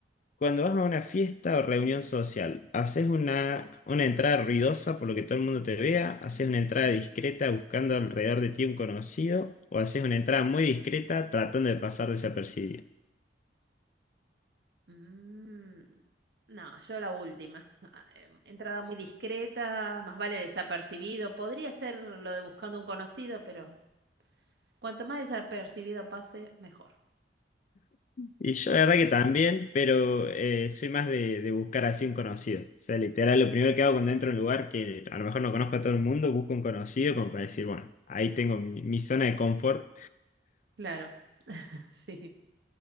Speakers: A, on the left (about 45°); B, on the right (about 65°).
A: cuando vas a una fiesta o reunión social, haces una, una entrada ruidosa por lo que todo el mundo te vea, haces una entrada discreta buscando alrededor de ti un conocido, o haces una entrada muy discreta tratando de pasar desapercibido.
B: Mm, no, yo la última. Ah, eh, Entrada muy discreta, más vale desapercibido. Podría ser lo de buscando un conocido, pero cuanto más desapercibido pase, mejor.
A: Y yo la verdad que también, pero eh, soy más de, de buscar así un conocido. O sea, literal, lo primero que hago cuando entro a un lugar que a lo mejor no conozco a todo el mundo, busco un conocido como para decir, bueno, ahí tengo mi, mi zona de confort.
B: Claro, <laughs> sí.